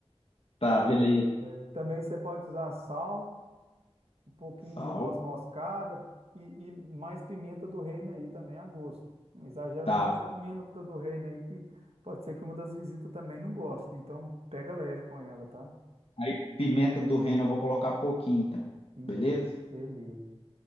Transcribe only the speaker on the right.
É, Também você pode usar sal, um pouquinho
de noz moscada e, e mais pimenta do reino aí também a gosto. Não exagera
muito nessa pimenta do reino aí que pode ser que uma das visitas também não goste, né? Então pega leve com ela, tá?
Isso,
beleza.